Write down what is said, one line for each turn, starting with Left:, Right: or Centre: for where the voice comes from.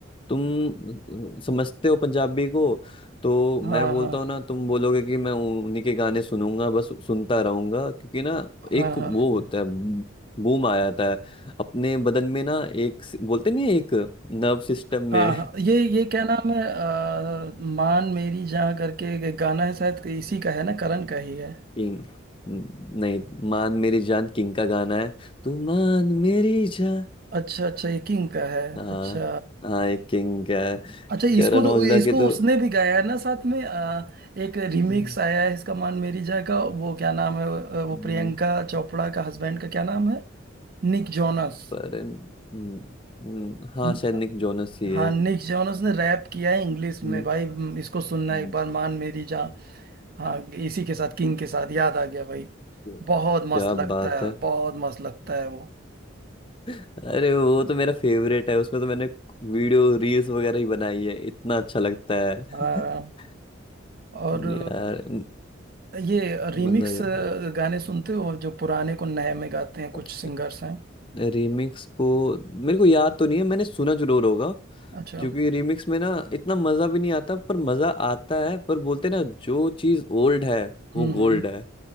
Left: तुम समझते हो पंजाबी को तो मैं
Right: हाँ
Left: बोलता
Right: हाँ
Left: हूँ ना तुम बोलोगे कि मैं उन्हीं के गाने सुनूंगा बस सुनता रहूंगा क्योंकि ना
Right: हाँ
Left: एक
Right: हाँ
Left: वो होता है बूम आ जाता है अपने बदन में ना एक बोलते नहीं एक नर्व सिस्टम
Right: हाँ
Left: में
Right: हाँ
Left: <laughs>
Right: ये ये क्या नाम है अ, मान मेरी जहाँ करके एक गाना है शायद इसी का है ना करण का ही है
Left: किंग नहीं मान मेरी जान किंग का गाना है तू मान मेरी जान
Right: अच्छा अच्छा ये किंग का है
Left: हाँ
Right: अच्छा
Left: हाँ एक किंग का है
Right: अच्छा
Left: करण
Right: इसको तो
Left: औजला
Right: इसको
Left: के तो
Right: उसने भी गाया है ना साथ में अ, एक रिमिक्स
Left: हम्म,
Right: आया है इसका मान मेरी जहाँ का वो क्या नाम है अ, वो
Left: हम्म,
Right: प्रियंका चोपड़ा का हस्बैंड का क्या नाम है निक जोनस
Left: पर हम्म, हम्म, हाँ
Right: न-
Left: शायद निक जोनस ही
Right: हाँ
Left: है
Right: निक जोनस ने रैप किया है इंग्लिश
Left: हम्म,
Right: में भाई इसको सुनना
Left: हम्म,
Right: एक बार मान मेरी जहाँ हाँ इसी के साथ किंग के साथ याद आ गया भाई
Left: क्या
Right: बहुत मस्त
Left: क्या
Right: लगता
Left: बात
Right: है
Left: है
Right: बहुत मस्त लगता है वो
Left: अरे वो तो मेरा फेवरेट है उसमें तो मैंने वीडियो रील्स वगैरह ही बनाई है इतना अच्छा लगता है
Right: हाँ
Left: <laughs>
Right: और
Left: यार
Right: ये रीमिक्स
Left: मजा
Right: गाने सुनते हो जो पुराने को नए में गाते हैं कुछ
Left: यार
Right: सिंगर्स हैं
Left: रीमिक्स को मेरे को याद तो नहीं है मैंने सुना जरूर होगा
Right: अच्छा
Left: क्योंकि रीमिक्स में ना इतना मजा भी नहीं आता पर मजा आता है पर बोलते ना जो चीज ओल्ड है
Right: हम्म
Left: वो
Right: हम्म
Left: गोल्ड है